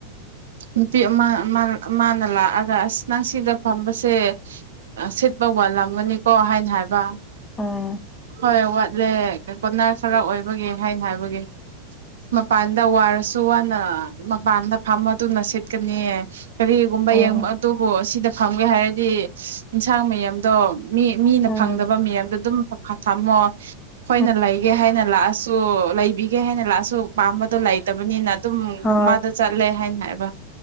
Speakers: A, on the right; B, on the left.
A: ꯎꯝ ꯑꯃ ꯃꯥ ꯃꯥꯅ ꯂꯥꯛꯑꯒ ꯑꯁ ꯅꯪ ꯁꯤꯗ ꯐꯝꯕꯁꯦ ꯁꯤꯠꯄ ꯋꯥꯠꯂꯝꯒꯅꯤꯀꯣ ꯍꯥꯏꯅ ꯍꯥꯏ ꯋꯥꯕꯥ
B: ꯎꯝ
A: ꯍꯣꯏ ꯋꯥꯠꯂꯦ ꯀꯣꯅ ꯈꯔ ꯑꯣꯏꯕꯒꯤꯦ ꯍꯥꯏꯅ ꯍꯥꯏꯕꯒꯤ ꯃ ꯄꯥꯟꯗ ꯋꯥꯔꯁꯅ ꯃꯄꯥꯟꯗ ꯐꯝꯃ ꯑꯗꯨꯅ ꯁꯦꯠꯀꯅꯤ ꯀꯔꯤꯒꯨꯝꯕ
B: ꯎꯝ
A: ꯌꯦꯡꯕ ꯑꯗꯨꯕꯨ ꯁꯤꯗ ꯐꯪꯒꯦ ꯍꯥꯏꯔꯗꯤ ꯌꯦꯟꯁꯥꯡ ꯃꯌꯥꯝꯗꯣ ꯃꯤ ꯃꯤꯅ
B: ꯎꯝ
A: ꯐꯪꯗꯕ ꯃꯌꯥꯝꯗꯣ ꯑꯗꯨꯝ ꯊꯃ
B: <unintelligible>
A: ꯑꯩꯈꯣꯏꯅ ꯂꯩꯒꯦ ꯍꯥꯏꯅ ꯂꯥꯛꯑꯁꯨ ꯂꯩꯕꯤꯒꯦ ꯍꯥꯏꯅ ꯂꯥꯛꯑꯁꯨ ꯄꯥꯝꯕꯗꯣ ꯂꯩꯇꯕꯅꯤꯅ ꯑꯗꯨꯝ
B: ꯍꯣꯏ
A: ꯃꯥꯗ ꯆꯠꯂꯦ ꯍꯥꯏꯅ ꯍꯥꯏꯕ